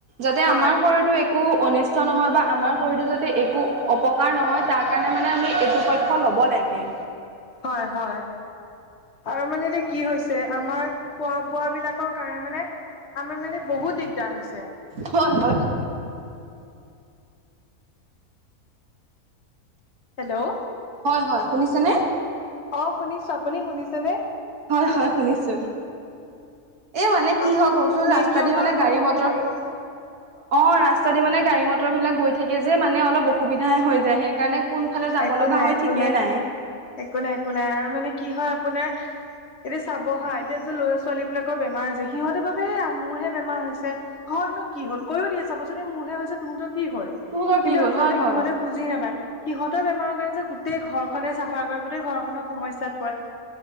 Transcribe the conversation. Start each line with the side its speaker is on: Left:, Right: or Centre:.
Right: যাতে
Left: হয়
Right: আমাৰ শৰীৰটো এক একো অনিষ্ট নহয় বা আমাৰ শৰীৰটো যদি একো অপকাৰ নহয় তাৰ কাৰণে মানে আমি এইটো পক্ খ ল'ব লাগে।
Left: হয় হয় আৰু মানে এতিয়া কি হৈছে আমাৰ খোৱা বোৱা বিলাক। কাৰণে মানে আমি মানে বহুত দিগদাৰ হৈছে।
Right: হয় হয়।
Left: হেল্ল',
Right: হয় হয় শুনিছানে।
Left: অ শুনিছো আপুনি শুনিছেনে।
Right: হয় হয় শুনিছো। এই মানে
Left: নেটৱৰ্কৰ
Right: কি হয় কওকচোন ৰাস্তা দি মানে
Left: প্ৰব্লেম
Right: গাড়ী মটৰ অ ৰাস্তা দি মানে গাড়ী মটৰ, সেই বিলাক গৈ থাকে যে মানে অলপ অসুবিধাই হৈ যায় সেইকাৰণে কোন ফালে যাব
Left: একো
Right: লগা
Left: নাই
Right: হয়
Left: একো
Right: ঠিকেই নাই।
Left: একো নাই একো নাই আৰু মানে কি হয় আপোনাৰ, এতিয়া চাবহা এতিয়া যে ল'ৰা ছোৱালী বিলাকৰ বেমাৰ হৈছে সিহঁতেৰ ভাৱে মোৰহে বেমাৰ হৈছে, ঘৰতনো কি হ'ল কয়ও দিয়ে চাবাচোন এই মোৰহে হৈছে তহঁতৰ কি হ'ল।
Right: তোহঁতৰ
Left: কিন্তু
Right: কি হ'ল
Left: আচলতে
Right: হয় হয়।
Left: সিহঁতে বুজি নাপায়। সিহঁতৰ বেমাৰৰ কাৰণে যে গোটেই ঘৰখনে চাফাৰ কৰে গোটেই ঘৰখনেও সমস্যাত পৰে।